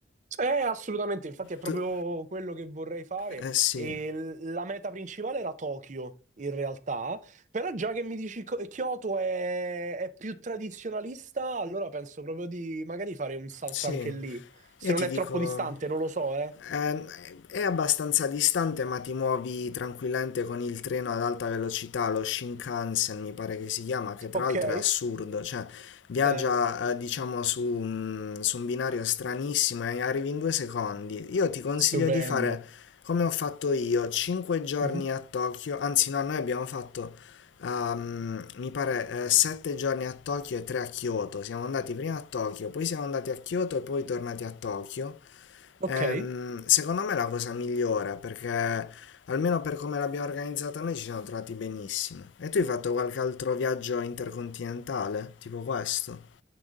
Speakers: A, on the right; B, on the left.
A: Eh, assolutamente, infatti è proprio
B: Tu,
A: quello che vorrei fare.
B: eh sì,
A: E l- la meta principale era Tokyo, in realtà, però già che mi dici co- Kyoto è, è più tradizionalista, allora penso proprio di magari fare un salto
B: sì,
A: anche lì. Se
B: io
A: non
B: ti
A: è
B: dico...
A: troppo distante, non lo so, eh.
B: Eh, è abbastanza distante, ma ti muovi tranquillamente con il treno ad alta velocità, lo Shinkansen mi pare che si chiama, che tra
A: Ok?
B: l'altro è assurdo, cioè viaggia
A: Eh,
B: eh, diciamo su, un- su un binario stranissimo e arrivi in due secondi. Io ti consiglio
A: stupendo.
B: di fare come ho fatto io, 5 giorni
A: Mhm.
B: a Tokyo, anzi no, noi abbiamo fatto ehm, mi pare 7 giorni a Tokyo e 3 a Kyoto, siamo andati prima a Tokyo, poi siamo andati a Kyoto e poi tornati a Tokyo.
A: Ok.
B: Ehm, secondo me è la cosa migliore perché almeno per come l'abbiamo organizzata noi ci siamo trovati benissimo. E tu hai fatto qualche altro viaggio intercontinentale? Tipo questo?